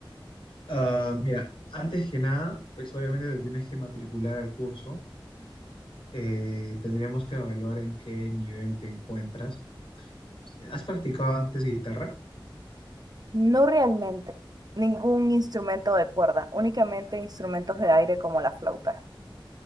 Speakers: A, on the left (about 75°); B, on the right (about 50°).
A: Ah, mira, antes que nada, pues obviamente te tienes que matricular al curso. Eh, tendríamos que evaluar en qué nivel te encuentras. ¿Has practicado antes guitarra?
B: No realmente, ningún instrumento de cuerda, únicamente instrumentos de aire como la flauta.